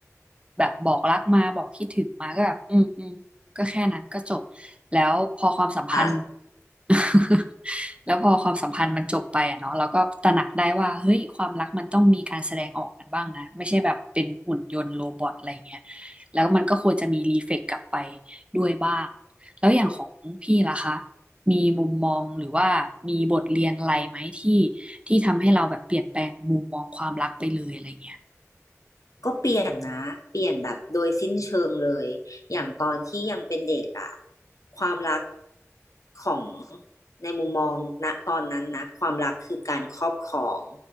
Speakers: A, on the right; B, on the left.
A: แบบบอกรักมาบอกคิดถึงมาก็แบบอืมอืมก็แค่นั้นก็จบแล้วพอความสัมพันธ์
B: อ่า
A: <laughs> แล้วพอความสัมพันธ์มันจบไปอะเนาะเราก็ตระหนักได้ว่าเฮ้ยความรักมันต้องมีการแสดงออกกันบ้างนะไม่ใช่แบบเป็นหุ่นยนต์โรบอทอะไรเงี้ยแล้วมันก็ควรจะมีรีเฟกกลับไปด้วยบ้างแล้วอย่างของพี่ล่ะคะมีมุมมองหรือว่ามีบทเรียนอะไรไหมที่ที่ทำให้เราแบบเปลี่ยนแปลงมุมมองความรักไปเลยอะไรเงี้ย
B: ก็เปลี่ยนนะเปลี่ยนแบบโดยสิ้นเชิงเลยอย่างตอนที่ยังเป็นเด็กอะความรักของในมุมมองณตอนนั้นนะความรักคือการครอบครอง